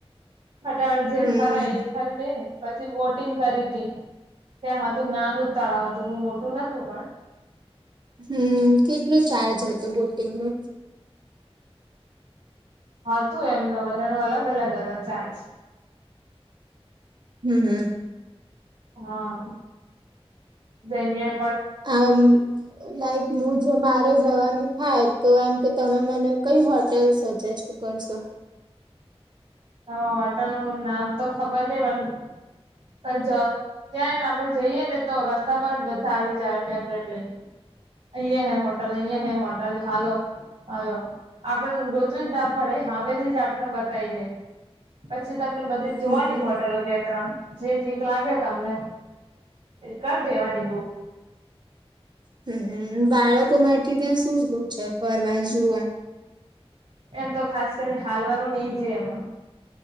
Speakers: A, on the right; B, on the right.
A: ફટાફટ જે
B: હમ
A: ફરાય એ ફરી લઈને પછી બોટિંગ કરી હતી ત્યાં હતું નાનું જ તળાવ હતું બહુ મોટું નતું પણ
B: હમ્મ કેટલું ચાર્જ હતું બોટિંગ નુ
A: હતું એમ તો પણ એનું અલગ અલગ અલગ ચાર્જ
B: હમ્મ હમ્મ.
A: હા જન્ય
B: આ લાઈક મુ જો મારે જવાનું થાય તો એમ કે તમે મને કઈ હોટેલ સજેસ્ટ કરશો.
A: હ હોટલ નું નામ તો ખબર નહિ પણ પણ જ ત્યાં ને આપડે જઈએ ને તો રસ્તા પર જ બધા આવી જ્યારે પેમ્પલેટ લઈન અહીંયા હે હોટલ અહીંયા હે હોટલ હાલો. હાલો આપડે ગોતવું જ ના પડે હામેથી જ આપને બતાવી દે પછી તમને બધી જ જોવાની
B: હમ હમ
A: હોટલો બે ત્રણ જે ઠીક લાગે તમને કર દેવાની બૂક
B: હમ્મ બાળકો માટે ત્યાં શું શું છે ફરવા જોવા
A: એમ તો ખાસ કરીને હાલવાનું એજ હે એમા